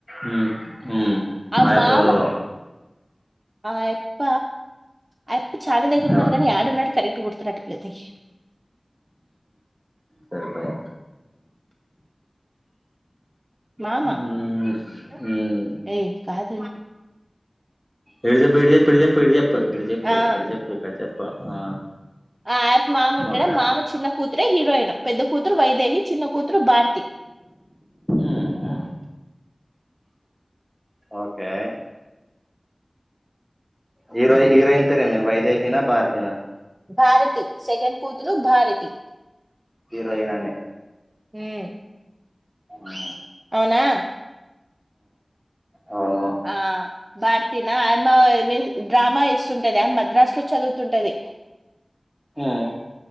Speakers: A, in the centre; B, on the right.
A: మ్మ్ మ్మ్
B: ఆ
A: ఆయప్పేవరో
B: మామ ఆ అయప్ప అయప్ప చాలా దగ్గర ఉన్నారు
A: ఎవ
B: కాని యాడున్నాడు కరెక్ట్ గుర్తు రావట్లేదు నాకి
A: సరిపాయ
B: మామా
A: ఉమ్
B: <inaudible>
A: ఉమ్
B: ఏ కాదే
A: ఇడు చెప్పు ఇడ చెప్ప ఇడ చెప్పు ఇడి చెప్పు
B: ఆ
A: ఇక్కడ చెప్పు ఇక్కడ చెప్పు ఇక్కడ చెప్పు ఆ
B: ఆ అయ్యప్ప మామ ఉంటాడా
A: ఓకే
B: మామ చిన్న కూతురే హీరోయిన్ పెద్ద కూతురు వైదేహి చిన్న కూతురు భారతి
A: ఉహు ఓకే హీరో హీరోయిన్
B: ఉమ్,
A: పేరేమి వైదేహీనా భారతీ నా
B: భారతి సెకెండ్ కూతురు భారతి
A: హీరోయినానే
B: మ్
A: ఆ
B: అవునా
A: అవును
B: ఆ భారతీ నా ఆయమ్మ డ్రామా ఏస్తుంటది ఆమె మద్రాసు లో చదువుతుంటది
A: హమ్